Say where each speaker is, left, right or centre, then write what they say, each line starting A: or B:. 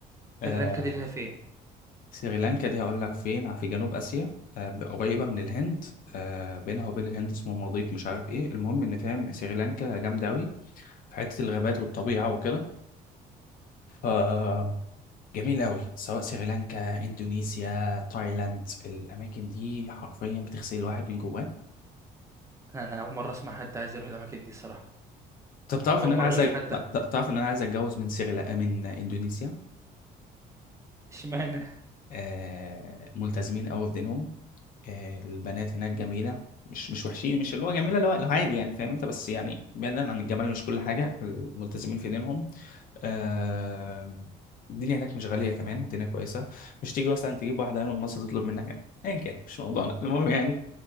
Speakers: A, on the left (about 55°); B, on the right (about 15°).
A: آه
B: فسريلانكا دي اللي هي فين
A: سريلانكا دي هقول لك فين في جنوب اسيا آه قريبه من الهند آه بينها وبين الهند اسمه مضيق مش عارف ايه المهم ان فاهم سريلانكا جامده قوي في حتة الغابات والطبيعة وكده فجميل أوي سواء سريلانكا إندونيسيا تايلاند الأماكن دي حرفيا بتغسل الواحد من جواه
B: انا اول مره اسمع حد عايز يروح الاماكن دي الصراحه
A: طب تعرف
B: اول
A: إن أنا
B: مره
A: عايز
B: اشوف
A: أ-
B: حد <laughs> ده.
A: ت- ت- تعرف إن أنا عايز أتجوز من سريلا من إندونيسيا
B: اشمعنى
A: آه ملتزمين أوي في دينهم آه، البنات هناك جميلة مش مش وحشين مش اللي هو جميلة اللي هو اللي هو عادي يعني فاهم انت بس يعني بعيدا عن الجمال مش كل حاجة ملتزمين في دينهم آه، الدنيا هناك مش غالية كمان الدنيا كويسة مش تيجي مثلا تجيب واحدة من مصر تطلب منك أيا كان مش موضوعنا المهم يعني